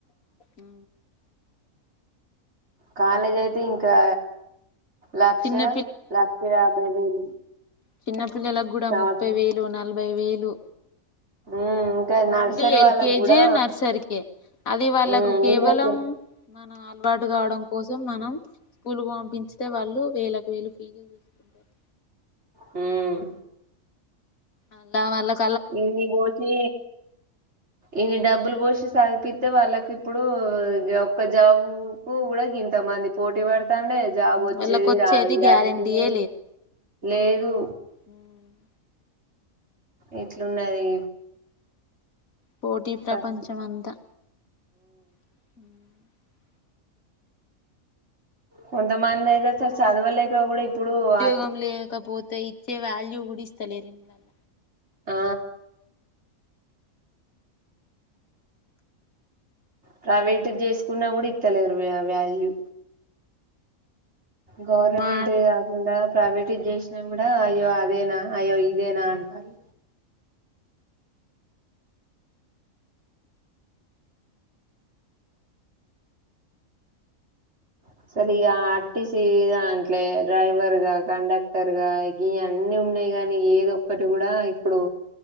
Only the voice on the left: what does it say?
ఉ
చిన్న
చిన్నపిల్లలకు గుడా
ముప్పై వేలు నలభై వేలు
ఓన్లీ ఎల్కేజీ
నర్సరీకె అది వాళ్ళకు
కేవలం
మనం అలవాటు కావడం కోసం మనం స్కూల్ పంపించితే వాళ్ళు వేలకు వేలు ఫీజులు తీసుకుంటారు
అలా వాళ్ళకు
వాళ్ళకు
గ్యారెంటీయే
హ్మ్మ్
పోటీ ప్రపంచం
అంతా హ్మ్మ్
ఉద్యోగం
లేకపోతే ఇచ్చే వాల్యూ గుడిస్తలేరూ ఇంట్లన
మా